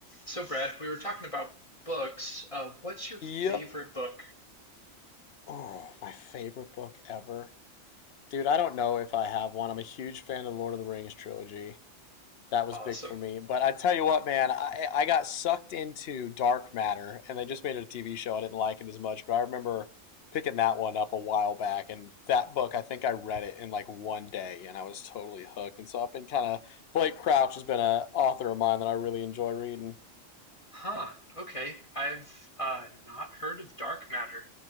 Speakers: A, on the left; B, on the left.
A: So, Brad, we were talking about books. Uh, what's your favorite
B: Yep.
A: book?
B: Oh, my favorite book ever. Dude, I don't know if I have one. I'm a huge fan of the Lord of the Rings trilogy. That was
A: Awesome.
B: big for me. But I tell you what, man, I, I got sucked into Dark Matter, and they just made it a TV show. I didn't like it as much, but I remember picking that one up a while back. And that book, I think I read it in like one day, and I was totally hooked. And so I've been kind of, Blake Crouch has been an author of mine that I really enjoy reading.
A: Huh. Okay. I've uh, not heard of Dark Matter.